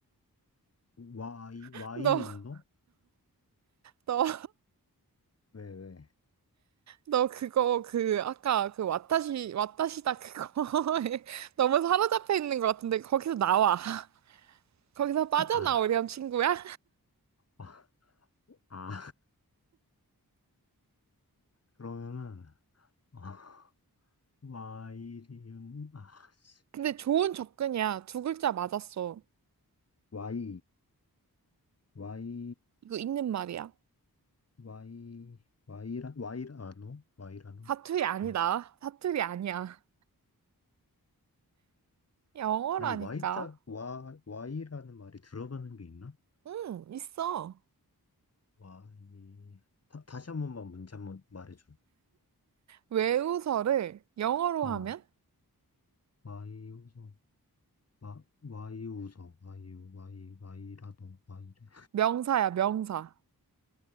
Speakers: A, on the left; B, on the right.
A: 와이,
B: <laughs>
A: 와이
B: 너,
A: 운동?
B: 너,
A: 왜 왜?
B: 너 그거 그 아까 그 와타시 와타시다 그거 에 <laughs> 너무 사로잡혀 있는 것 같은데 거기서 나와. <laughs> 거기서 빠져나오렴
A: 아,
B: 친구야.
A: 아, 아. 그러면은, 아, 와이리 운, 아, 씨.
B: 근데 좋은 접근이야. 두 글자 맞았어.
A: 와이 와이
B: 이거 있는 말이야.
A: 와이 와이라 와이라노? 와이라노?
B: 사투리 아니다.
A: 아,
B: 사투리 아니야. 영어라니까.
A: 아니, Y자, 와, Y라는 말이 들어가는 게 있나?
B: 응, 있어.
A: Y. 다, 다시 한 번만 문제 한 번 말해줘.
B: 외우서를 영어로
A: 어,
B: 하면
A: Y 우서. 와, Y 우서. Y, Y, y 라도 Y래.
B: 명사야, 명사.